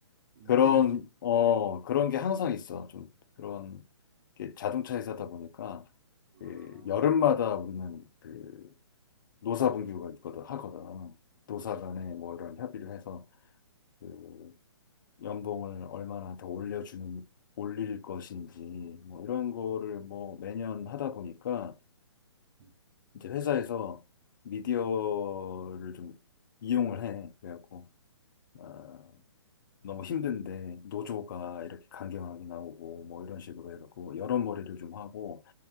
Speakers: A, on the right; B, on the left.
A: 위기를
B: 그런,
A: 느끼.
B: 어, 그런 게 항상 있어. 좀 그런 게 자동차 회사다 보니까
A: 아,
B: 그 여름마다 우리는 그 노사분규가 있거든, 하거든. 노사
A: 아, 음,
B: 간에 뭐 이런 협의를 해서 그 연봉을 얼마나 더 올려주는, 올릴 것인지 뭐 이런 거를 뭐 매년 하다 보니까
A: 음,
B: 이제 회사에서 미디어를 좀 이용을 해. 그래갖고. 아, 너무 힘든데 노조가 이렇게 강경하게 나오고 뭐 이런 식으로 해갖고 여러 머리를 좀 하고